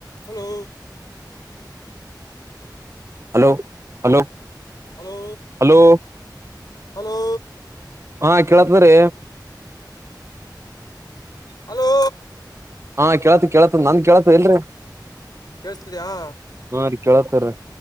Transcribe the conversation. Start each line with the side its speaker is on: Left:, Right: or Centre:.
Left: Hello
Right: hello hello
Left: hello
Right: hello
Left: hello
Right: ಹಾ ಕೇಳತದ್ರೀ
Left: ಹಲೋ
Right: ಹಾ ಕೇಳ್ತ್ ಕೇಳತತ್ ನನ್ ಕೇಳ್ತ ಇಲ್ರರಿ
Left: ಕೇೇಳಿಸ್ತಿದಯಾ
Right: ಹಾ ರೀ ಕೇಳತ್ತಾರಿ